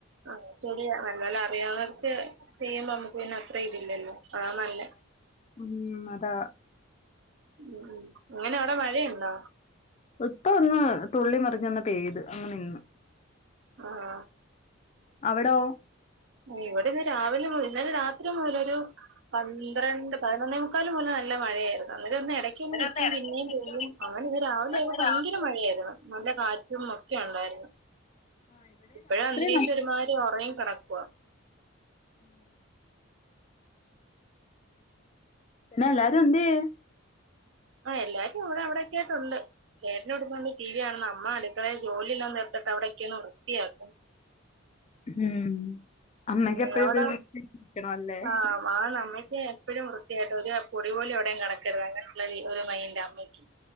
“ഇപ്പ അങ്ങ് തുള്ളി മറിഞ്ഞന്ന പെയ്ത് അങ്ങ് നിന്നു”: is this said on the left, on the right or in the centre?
Left